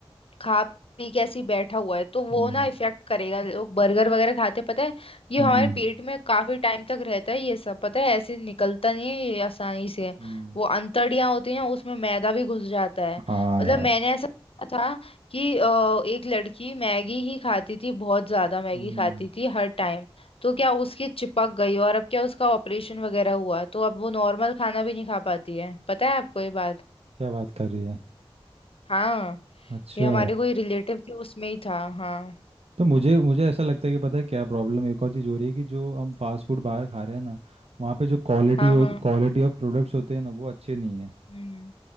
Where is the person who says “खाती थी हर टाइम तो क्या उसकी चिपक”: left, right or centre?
Left